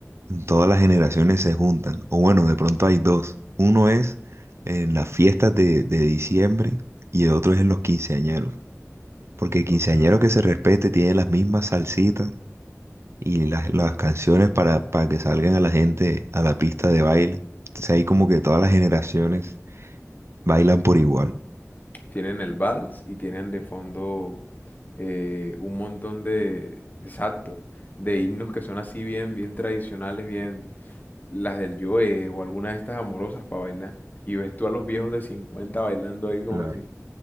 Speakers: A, on the right (about 55°); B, on the left (about 35°).
A: todas las generaciones se juntan, o bueno, de pronto hay dos. Uno es en las fiestas de, de diciembre y el otro es en los quinceañeros, porque el quinceañero
B: Total.
A: que se respete tiene las mismas salsitas y las, las canciones para, para que salgan a la gente a la pista de baile. Entonces ahí como que todas las generaciones bailan por igual.
B: Tienen el vals y tienen de fondo eh, un montón de, exacto, de himnos que son así bien, bien tradicionales, bien las del Joe o alguna de estas amorosas para bailar. Y ves tú a los viejos de 50 bailando ahí como
A: Claro.
B: si,